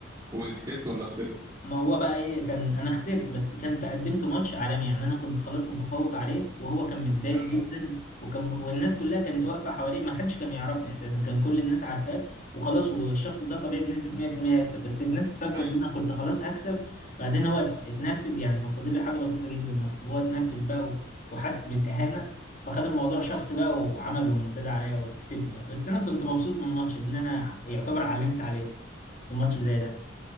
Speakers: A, on the right; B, on the left.
A: وكسبت ولا خسرت
B: ما هو بقى ايه كان انا خسرت بس كنت قدمت ماتش عالمي يعني انا كنت خلاص متفوق عليه وهو كان متضايق
A: اه
B: جدا وكان والناس كلها كانت واقفه حواليه ما حدش كان يعرفني اساسا كان كل الناس عارفاه وخلاص والشخص ده طبيعي بنسبه 100% هيكسب بس الناس اتفاجئوا
A: هيكسب
B: ان انا كنت خلاص هكسب بعدين هو اتنرفز يعني كان فاضل لي حاجه بسيطه جدا هكسب هو اتنرفز بقى و- وحس بالاهانه فخد الموضوع شخصي بقى وعمل رومنتادا عليا وكسبني بقى بس انا كنت مبسوط من الماتش ان انا يعتبر علمت عليه في ماتش زي ده